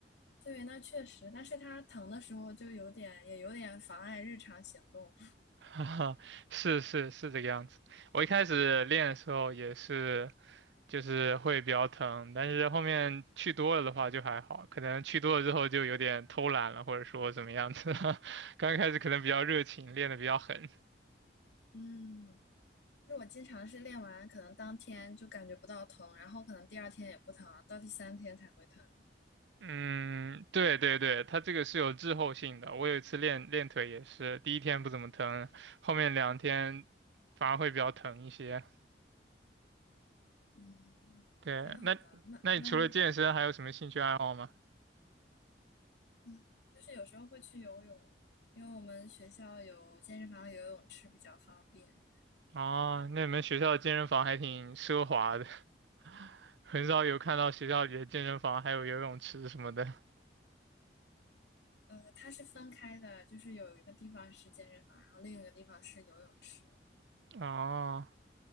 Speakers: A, on the left (about 75°); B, on the right (about 75°).
A: 对，那确实，但是它疼的时候就有点，也有点妨碍日常行动。
B: 哈哈，是是是这个样子。我一开始练的时候也是，就是会比较疼，但是后面去多了的话就还好，可能去多了之后就有点偷懒了，或者说怎么样子。<laughs> 刚开始可能比较热情，练得比较狠。
A: 嗯，就是我经常是练完，可能当天就感觉不到疼，然后可能第二天也不疼，到第三天才会疼。
B: 嗯，对对对，它这个是有滞后性的。我有一次练练腿也是，第一天不怎么疼，后面两天反而会比较疼一些。
A: 嗯，
B: 对，
A: 挺好的。
B: 那那你除了健身还有什么兴趣爱好吗？
A: 那那嗯，就是有时候会去游泳，因为我们学校有健身房、有游泳池比较方便。
B: 哦，那你们学校的健身房还挺奢华的，<laughs> 很少有看到学校里的健身房还有游泳池什么的。
A: 呃，它是分开的，就是有一个地方是健身房，然后另一个地方是游泳池。
B: 哦，